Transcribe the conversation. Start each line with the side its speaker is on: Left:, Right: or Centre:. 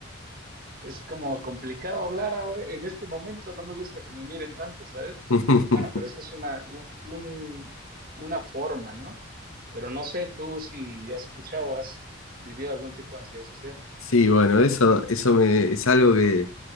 Right: es como complicado hablar ahora- en este momento, no me gusta que me miren tanto, ¿sabes?
Left: <laughs>
Right: Bueno, pero eso es una, u- un- una forma, ¿no? Pero no sé tú si has escuchado, has vivido algún tipo de ansiedad social.
Left: Sí, bueno, eso, eso me, es algo que,